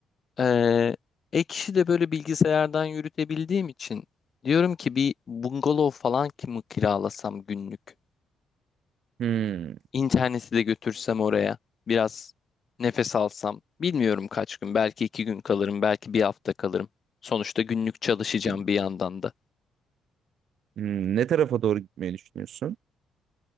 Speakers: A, on the left; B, on the right.
A: Ee, ek işi de böyle bilgisayardan yürütebildiğim için diyorum ki bir bungalov falan ki mi kiralasam günlük?
B: Hmm, iyi
A: İnterneti de götürsem oraya biraz nefes alsam. Bilmiyorum kaç gün belki iki gün kalırım belki bir hafta kalırım. Sonuçta günlük çalışacağım
B: fikir.
A: bir yandan da.
B: Hmm, ne tarafa doğru gitmeyi düşünüyorsun?